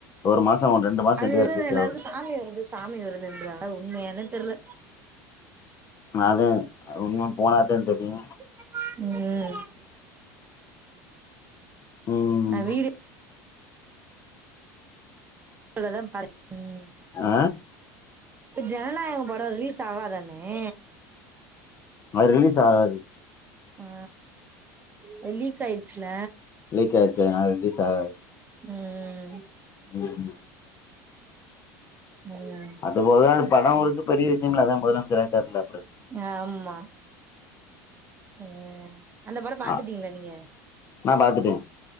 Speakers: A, on the left; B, on the right.
A: ஒரு மாசோ ரெண்டு மாசோ
B: அது
A: சென்டு
B: வந்து
A: ரிலீஸ்
B: எல்லாருக்கு
A: ஆகு
B: சாமி வருது சாமி வருதுன்றாங்க அது உண்மையானு தெர்ல
A: நா தா அது இன்னு போனாதா தெரியு
B: ம்
A: ம்
B: நா வீடி <inaudible>
A: அ
B: இப்ப ஜனநாயகம் படோ ரிலீஸ் ஆகாதாண்ணே
A: அது ரிலீஸ் ஆகாது
B: ஆ அது லீக் ஆயிட்ச்சுல
A: லீக் ஆயிடுச்சு அது ரிலீஸ் ஆகாது
B: ம்
A: ம்
B: ம்
A: அது போத படோ ஓட்றது பெரிய விஷயம்ல அதா முதலமைச்சராயிட்டாருல்ல
B: அ ஆமா அ அந்த படோ பாத்துட்டிங்ளா
A: ஆ
B: நீங்க
A: நா பாத்துட்டே.